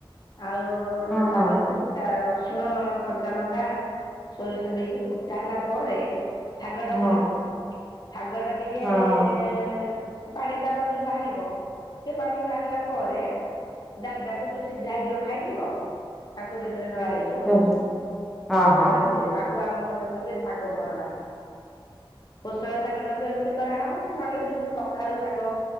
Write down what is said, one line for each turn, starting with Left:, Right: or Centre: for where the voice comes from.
Left: ଆଉ
Centre: ହଁ ହଁ।
Left: ତାପରେ ଫୁ ତା ରସୁଣ, କଞ୍ଚା ଲଙ୍କା, ସୋରିଷ ଦେଇକି ଫୁଟା ହେଲା ପରେ। ଶାଗଟା
Centre: ହଁ
Left: ପଡିବ ଶାଗଟା ଟିକେ।
Centre: ହଁ
Left: ଏ ପାଣି ତାର ଯୋଉ ବାହାରିବ ଟିକେ ପାଣି ବାହାରିଲା ପରେ। ଡାଲିଟାକୁ ଯୋଉ ସିଝା ହେଇକି ରଖା ହେଇଥିବ ତାକୁ ସେଥିରେ ଢଳା ହେଇ
Centre: ହଁ ହଁ ହଁ
Left: <unintelligible> ତାକୁ ଆମ ପଟେ କହିବେ ଶାଗ ଖରଡ଼ା। କୋଶଳା ଶାଗଟାକୁ ଏମିତି କରାହବ। ନହେଲେ ଯୋଉ କଖାରୁ ଶାଗ,